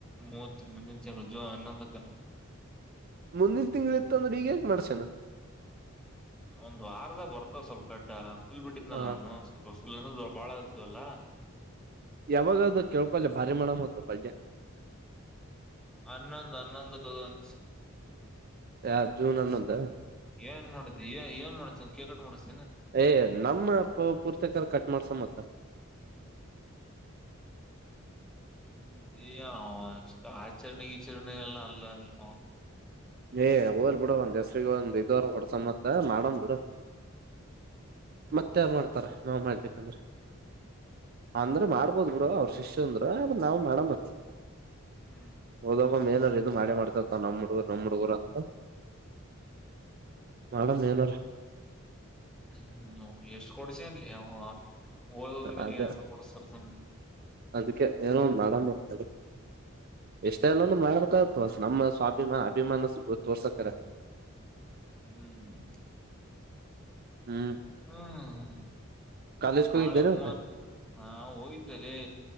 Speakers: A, in the centre; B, on the right.
A: ಮೂತ್ ಮುಂದಿನ್ ತಿಂಗಳ ಜೂನ್ ಹನೊಂದಕೇನ
B: ಮುಂದಿನ ತಿಂ್ಗಳ ಇತ್ತು ಅಂದ್ರೆ ಈಗಗೆ ಮಾಡ್ಸ
A: ಒಂದ್ ವಾರ್ದಾಗ ಬರ್ತ ಸ್ವಲ್ಪ ಕಡ್ಡಾ ಫುಲ್ ಬಿಟ್ಟಿದ್ನಲ್ಲ
B: ಹ
A: ಅವನು ಸ್ವಲ್ಪ ಪುಲ್ ಅಂದ್ರ ಭಾಳ ಇದ್ದು ಅಲ್ಲ
B: ಯಾವಾಗ ಅದು ಕೇಳ್ಕೊಲೆ ಭಾರಿ ಮಾಡಮ್ಮತ್ತ ಬಡ್ಡೆ
A: ಹನ್ನೊಂದ್ <unintelligible>
B: ಯ ಜೂನ್ ಹನ್ನೊಂದ
A: ಏನ್ ಮಾಡುದ್ದಿ ಏನ್ ಏನ್ ಮಾಡ್ಸತ ಕೇಕ್ ಕಟ್ ಮಾಡಿಸ್.
B: ಏ ನಮ್ಮ ಪ ಪೂರ್ತಕ ಕಟ್ ಮಾಡ್ಸ ಮತ್ತ <inaudible>
A: ಹ್ಮ ಏ ಅಷ್ಟ ಆಚರಣೆ ಗೀಚರಣೆಗೆ ಅಲ್ಲ ಅಲ್ಲವ
B: ಏ ಹೋಲ್ ಬೂಡು ಒಂದ್. ಗೆ ಒಂದ್ ಇದು ಅರ ಹೊಡ್ಸಾಮಂತ ಮಾಡಂ ಬಿಡು ಮತ್ತೆ ಯಾರ್ ಮಾಡ್ತಾರ ನಾವ್ ಮಾಡ್ಲಿಕ್ಕಂದ್ರ ಅಂದ್ರ ಮಾಡ್ಬೋದ್ ಬಿಡ ಅವ್ರ ಶಿಷ್ಯಂದ್ರ ಆದ್ರೂ ನಾವು ಮಾಡ ಮತ್ತ
A: ಹ್ಮ್
B: ಹೋದಾಗ್ ಒಮ್ಮೆ ಏನರ ಇದು ಮಾಡೆ ಮಾಡ್ತೀರ್ತಾನ ನಮ್ಮ್ ಹುಡುಗ್ರು. ನಮ್ ಹುಡ್ಗೂರು ಅಂತ ಮಾಡಂ ಏನಾರೆ
A: ಹ್ಮ್ ಎಷ್ಟ್ ಕೊಡ್ಸಿಯಾನ ಲೆ ಅವ ಓದೋದೋಗೆಲ್ಲ
B: ಅದ
A: ಏನನ ಕೊಡಿಸ್ತಿರುತ್ತಾನ
B: ಅದಕ್ಕೆ ಏನೋ ಮಾಡಮತಡಿ ಎಷ್ಟು ಮ ಎಲ್ಲೊಂದು ಮಾಡಬೇಕಾಗ್ ನಮ್ಮ ಸ್ವಾಭಿಮಾನ <unintelligible>
A: ಹ್ಮ್
B: ಹ್ಮ
A: ಹ್ಮ್
B: ಕಾಲೇಜ್ಗೆ
A: ನಾಳೆ
B: ಹೋಗಿದ್ದೇನೆ
A: ಮೂವತ್
B: ಮತ್ತ
A: ನಾವು ಹೋಗಿದ್ದೇಲ್ಲಿ